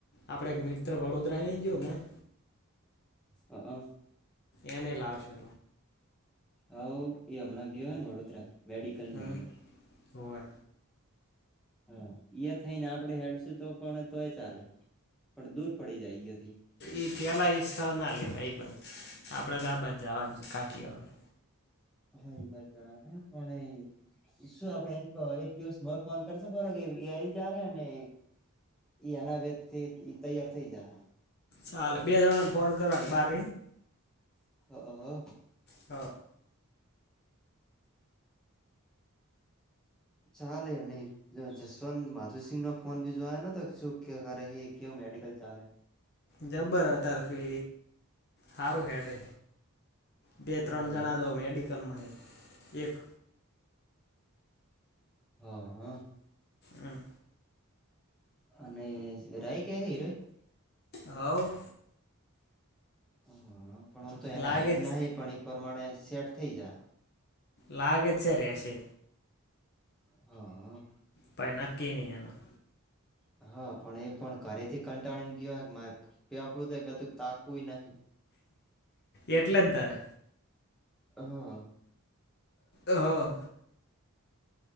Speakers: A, on the left (about 50°); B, in the centre.
A: આપડે એક મિત્ર વડોદરા લઈ ગયો હમણા
B: હ હ.
A: એ નહી લાવશે.
B: હા, એ હમણાં ગયો હો ને વડોદરા મેડિકલની
A: હમ
B: અંદર.
A: હોવે
B: હા, થઈને આપડે હેડસ તો પણ તોય ચાલે. પણ દૂર પડી જાય.
A: એ પેલા એ સ્થળના લેવા એ ભાઈ આપડે તો આ બાજ જવાનું છે કાઠિયાવાડ.
B: હ એ બાજ ને કોણ એ શું આપડે એમ તો એક દિવસ ફોન કરશે બરો કે એ આઈજજા હ ને ઈ અનાવેતથી તૈયાર થઇ જાહે.
A: ચાલે, બે જણને ફોન કરવા બાર
B: હ હ.
A: હ
B: ચાલે અને જસવંત માધુસિંહનો ફોન બી જોયા ન તો શું કરે એ કેવું મેડિકલ ચાલે.
A: જબ્બર હતા. કે હારું હેડે. બે ત્રણ
B: એવું
A: જણા
B: એમ
A: દો મેડિકલમાં એ એક
B: હા હા.
A: હમ
B: અને રઈ ક્યા છે હીરોય.
A: હવ.
B: હ, પણ આમ તો એને
A: લાગે
B: હાઈટ
A: જ
B: નાહહી પણ એઈ પ્રમાણે સેટ થઈ જાય.
A: લાગે છે રહશે.
B: હા.
A: ભાઈ નકકી નહી એનું.
B: હ <unintelligible> હા, પણ એ પણ ઘરેથી કંટાળીને ગયોય મારે પેપડું તો ગતું તાકવું નહી.
A: એટલે જ તારે
B: હા.
A: હા.